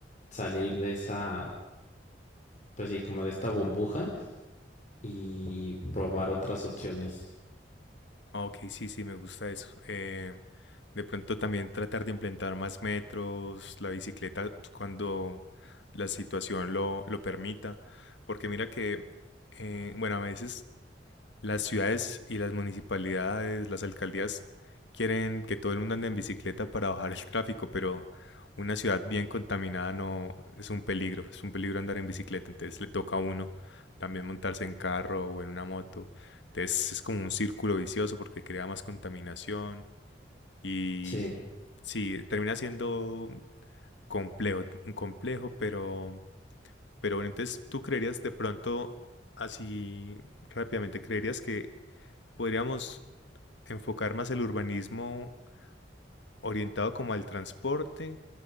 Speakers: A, on the left; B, on the left.
A: salir de esa, pues sí, como de esta burbuja y probar otras opciones.
B: Ah, Ok, sí, sí, me gusta eso. Em, de pronto también tratar de implementar más metros, la bicicleta cuando la situación lo, lo permita. Porque mira que, eh, bueno, a veces Las ciudades y las municipalidades, las alcaldías quieren que todo el mundo ande en bicicleta para bajar el <laughs> tráfico, pero una ciudad bien contaminada no es un peligro, es un peligro andar en bicicleta, entonces le toca a uno también montarse en carro o en una moto. Entonces es como un círculo vicioso porque crea más contaminación y
A: Sí.
B: sí, termina siendo complejo, un complejo, pero pero bueno, entonces tú creerías de pronto así rápidamente, creerías que podríamos enfocar más el urbanismo orientado como al transporte